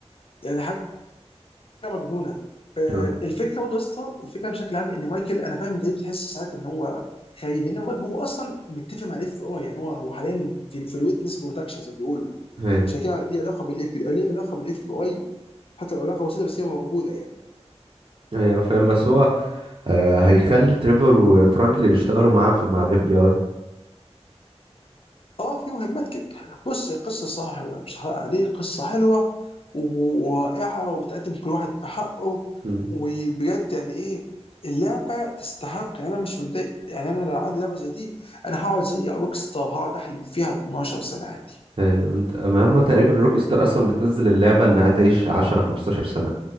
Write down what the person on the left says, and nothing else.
يعني حاجه مجنونه آه،
الفكره برضه يا اسطى الفكره بشكل عام ان مايكل انا فاهم انت ليه بتحس ساعات ان هو خاين لان هو هو اصلا متفق مع الاف بي اي يعني هو هو حاليا في في الويتنس بروتكشن زي ما بيقولوا
عشان كده ليه علاقه بالاف بي اي، ليه علاقه بالاف بي اي حتى لو علاقه بسيطه بس هي موجوده يعني
اه في مهمات كده بص قصة صح لا مش هحرق عليه قصة حلوة ورائعة وبتقدم كل واحد بحقه
وبجد يعني ايه اللعبة تستحق يعني انا مش متضايق يعني انا لو عندي لعبة زي دي انا هقعد زي روك ستار هقعد احلب فيها 12 سنة عادي